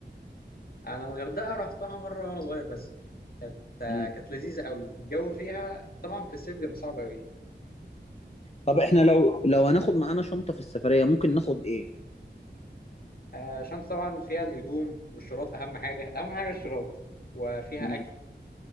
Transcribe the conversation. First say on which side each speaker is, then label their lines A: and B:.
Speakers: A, on the left; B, on the left.
A: انا الغردقه رحتها مره وانا صغير بس كانت
B: مم.
A: كانت لذيذه قوي الجو فيها طبعا في الصيف بيبقى صعب قوي
B: طب احنا لو لو هناخد معانا شنطه في السفريه ممكن ناخد ايه
A: فالشنطه طبعا فيها الهدوم والشراط اهم حاجه اهم حاجه الشراط وفيها
B: مم.
A: اكل